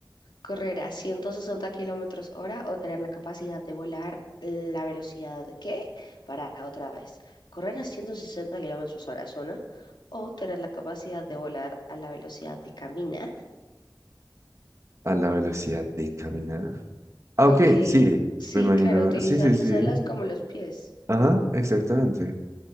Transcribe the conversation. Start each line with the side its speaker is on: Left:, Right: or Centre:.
Left: Correr a 160 kilómetros hora o tener la capacidad de volar la velocidad que, para otra vez, correr a 160 kilómetros hora es una, o tener la capacidad de volar a la velocidad de caminar
Right: A la velocidad de caminar. Ah,
Left: Ok,
Right: ok, sí,
Left: sí,
Right: me imagino.
Left: claro, utilizar
Right: Sí, sí,
Left: las
Right: sí.
Left: alas como los pies.
Right: Ajá, exactamente.